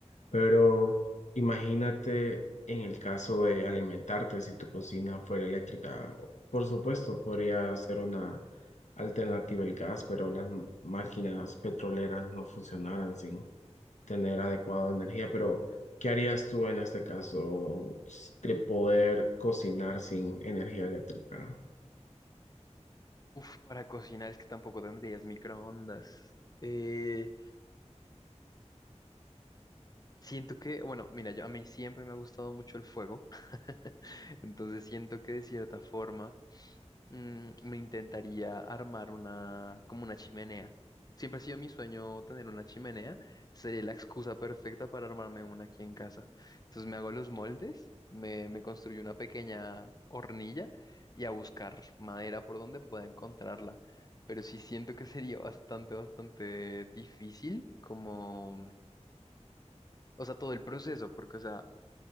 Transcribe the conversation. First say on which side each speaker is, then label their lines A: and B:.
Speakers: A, on the left; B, on the left.
A: pero imagínate en el caso de alimentarte si tu cocina fuera eléctrica. Por supuesto, podría ser una alternativa el gas, pero las máquinas petroleras no funcionaran sin tener adecuada energía, pero ¿qué harías tú en este caso s- de poder cocinar sin energía eléctrica?
B: Uf, para cocinar es que tampoco tendrías microondas. Eh, siento que, bueno, mira, yo, a mí siempre me ha gustado mucho el fuego. <laughs> Entonces siento que de cierta forma Mm, me intentaría armar una, como una chimenea. Siempre ha sido mi sueño tener una chimenea. Sería la excusa perfecta para armarme una aquí en casa. Entonces me hago los moldes, me, me construyo una pequeña hornilla y a buscar madera por donde pueda encontrarla. Pero sí siento que sería bastante, bastante difícil, como, o sea, todo el proceso, porque, o sea,